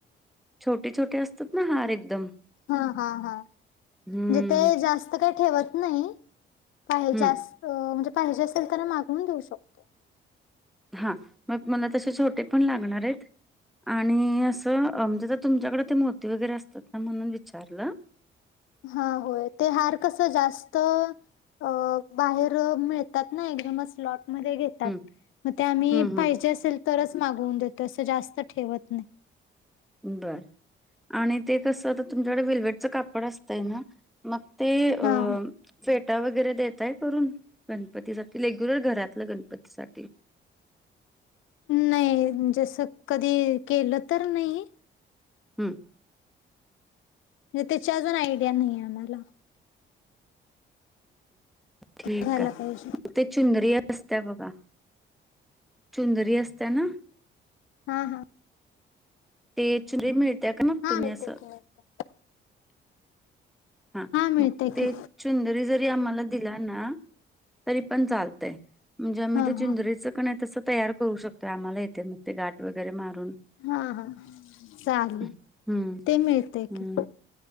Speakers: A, in the centre; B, on the left.
A: छोटे छोटे असतात ना हार एकदम.
B: हा हा हा म्हणजे
A: हम्म
B: ते जास्त काही ठेवत नाही. पाहिजे
A: हम्म
B: अस म्हणजे पाहिजे असेल तर मागून देऊ शकतो.
A: हा मग मला तसे छोटे पण लागणार आहेत. आणि असं म्हणजे तुमच्याकडे ते मोती वगैरे असतात ना म्हणून विचारलं.
B: हा होय ते हार कसं जास्त अ बाहेर मिळतात ना एकदमच लॉट. मध्ये घेतात
A: हं,
B: मग ते आम्ही
A: हं,
B: पाहिजे
A: हं.
B: असेल तरच मागवून देत. तस जास्त ठेवत नाही.
A: बर आणि ते कस आता तुमच्याकडे वल्वेटचं कापड असतंय ना मग. ते अ
B: हा
A: फेक. टा वगैरे देतय करून गणपती साठी रेग्युलर घरातलं गणपती साठी.
B: नाही जसं कधी केलं तर नाही.
A: हम्म
B: म्हणजे त्याच्या अजून आयडिया नाही आम्हाला.
A: ठीक
B: बघायला
A: आहे
B: पाहिजे
A: मग ते चुंदरिया. असत्या बघा चुंदरी असत्या ना.
B: हा हा
A: ते चुंदरी मिळते का ना
B: हा
A: तुम्ही
B: मिळते
A: असं.
B: की मिळते
A: हा
B: मिळते
A: मग ते
B: की
A: चुंदरी जरी आम्हाला. दिला ना तरी पण चालतय. म्हणजे आम्ही
B: हा
A: ते
B: हा
A: चिंजरीचं कण आहे तसं तयार करू शकतोय आम्हाला इथे मग ते गाठ वगैरे मारून.
B: हा हा, चालेल
A: हम्म
B: ते मिळतय
A: हम्म.
B: की